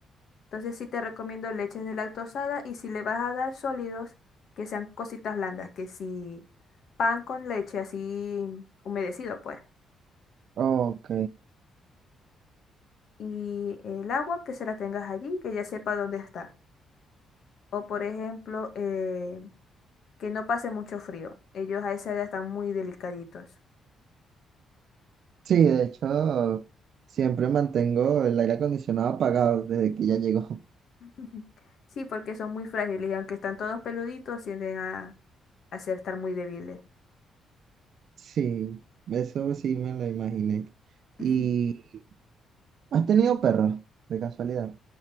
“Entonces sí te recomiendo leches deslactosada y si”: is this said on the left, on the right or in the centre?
Left